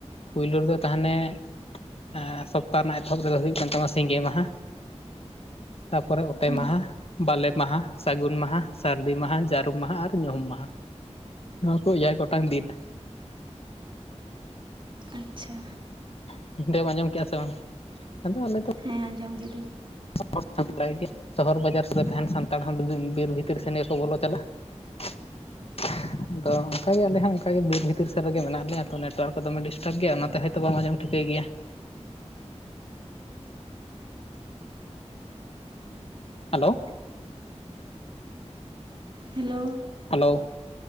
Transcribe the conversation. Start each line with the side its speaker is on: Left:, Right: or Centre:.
Left: ᱯᱩᱭᱞᱩ ᱨᱮᱫᱚ ᱛᱟᱦᱚᱱᱮ ᱮ ᱥᱚᱯᱛᱟ ᱨᱮᱱᱟᱜ ᱮᱛᱚᱦᱚᱵ ᱨᱮᱫᱚ ᱦᱩᱭᱩᱜ ᱠᱟᱱ ᱛᱟᱢᱟ ᱥᱤᱸᱜᱮ ᱢᱟᱦᱟ ᱾ ᱛᱟᱯᱚᱨᱮ ᱚᱛᱮ
Right: ᱦᱮᱸ
Left: ᱢᱟᱦᱟ ᱾ ᱵᱟᱞᱮ ᱢᱟᱦᱟᱸ, ᱥᱟᱹᱜᱩᱱ ᱢᱟᱦᱟᱸ, ᱥᱟᱹᱨᱫᱤ ᱢᱟᱦᱟᱸ, ᱡᱟᱹᱨᱩᱢ ᱢᱟᱦᱟᱸ ᱟᱨ ᱧᱩᱦᱩᱢ ᱢᱟᱦᱟᱸ᱾ ᱱᱚᱣᱟ ᱠᱚ ᱮᱭᱟᱭ ᱜᱚᱴᱟᱝ ᱫᱤᱱ ᱾
Right: ᱟᱪᱪᱷᱟ ᱾
Left: <unintelligible> ᱟᱸᱡᱚᱢ ᱠᱮᱜᱼᱟ ᱥᱮ ᱵᱟᱝ ᱟᱫᱚ ᱟᱞᱮ ᱫᱚ
Right: ᱦᱮᱸ ᱟᱸᱡᱚᱢ ᱠᱤᱫᱟᱹᱧ ᱾
Left: <unintelligible> ᱥᱚᱦᱚᱨ ᱵᱟᱡᱟᱨ ᱥᱮᱨᱮᱱ ᱛᱟᱦᱮᱱ ᱥᱟᱱᱛᱟᱲ ᱦᱚᱸ ᱵᱤᱵᱤᱢ ᱵᱤᱨ ᱵᱷᱤᱛᱨᱤ ᱥᱮᱱ ᱜᱮ ᱠᱚ ᱵᱚᱞᱚ ᱪᱟᱞᱟᱜ <inaudible> ᱟᱫᱚ ᱚᱱᱠᱟ ᱜᱮ ᱟᱞᱮ ᱦᱚᱸ ᱚᱱᱠᱟ ᱜᱮ ᱵᱤᱨ ᱵᱷᱤᱛᱤᱨ ᱥᱮᱫ ᱨᱮᱜᱮ ᱢᱮᱱᱟᱜ ᱞᱮᱭᱟ ᱛᱚ ᱱᱮᱴᱣᱟᱨᱠ ᱠᱚ ᱫᱚᱢᱮ ᱰᱤᱥᱴᱟᱯ ᱜᱮᱭᱟ ᱚᱱᱟᱛᱮ ᱦᱚᱭᱛᱚ ᱵᱟᱢ ᱟᱸᱡᱚᱢ ᱴᱷᱤᱠᱟᱹᱭ ᱜᱮᱭᱟ ᱾ ᱦᱮᱞᱳ ᱾
Right: ᱦᱮᱞᱳ ᱾
Left: ᱦᱮᱞᱳ ᱾